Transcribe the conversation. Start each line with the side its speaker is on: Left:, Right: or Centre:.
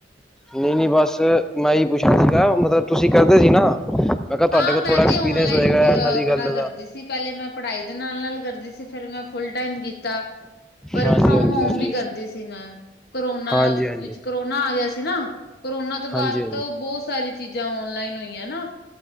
Centre: ਨਹੀਂ-ਨਹੀਂ, ਬਸ 'ਮੈਂ' ਐ ਈ ਪੁੱਛਣਾ ਸੀਗਾ, ਮਤਲਬ ਤੁਸੀਂ ਕਰਦੇ ਸੀ ਨਾ? ਮੈਂ ਕਿਹਾ ਤੁਹਾਡੇ
Left: ਹਾਂ,
Centre: ਕੋਲ
Left: ਮੈਂ,
Centre: ਥੋੜਾ
Left: ਤੇ
Centre: ਐਕਸਪੀਰੀਅੰਸ
Left: ਔਨਲਾਈਨ
Centre: ਹੋਏਗਾ
Left: ਵੀ
Centre: ਇਹਨਾਂ
Left: ਆਪਣਾ
Centre: ਦੀ ਗੱਲ ਦਾ
Left: ਕਰਦੀ ਸੀ, ਪਹਿਲੇ ਮੈਂ ਪੜ੍ਹਾਈ ਦੇ ਨਾਲ-ਨਾਲ ਕਰਦੀ ਸੀ, ਫਿਰ ਮੈਂ ਫੁਲ ਟਾਈਮ ਕੀਤਾ। ਵਰਕ
Centre: ਹਾਂਜੀ
Left: ਫਰੌਮ
Centre: ਹਾਂਜੀ
Left: ਹੋਮ
Centre: ਹਾਂਜੀ
Left: ਵੀ ਕਰਦੀ ਸੀ ਮੈਂ, ਕਰੋਨਾ
Centre: ਹਾਂਜੀ ਹਾਂਜੀ
Left: ਵਿੱਚ, ਕਰੋਨਾ ਆ ਗਿਆ ਸੀ ਨਾ। ਕਰੋਨਾ ਤੋਂ ਬਾਅਦ
Centre: ਹਾਂਜੀ
Left: ਤੋਂ ਬਹੁ ਸਾਰੀ ਚੀਜ਼ਾਂ ਔਨਲਾਈਨ ਹੋਈਆਂ ਨਾ